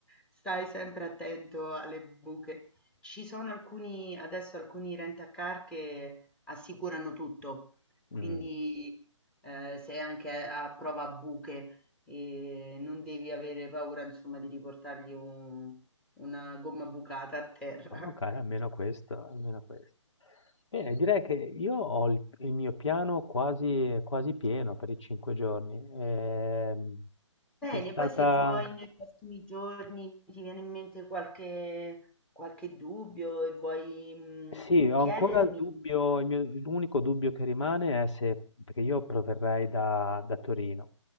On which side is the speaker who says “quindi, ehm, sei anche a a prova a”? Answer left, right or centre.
Centre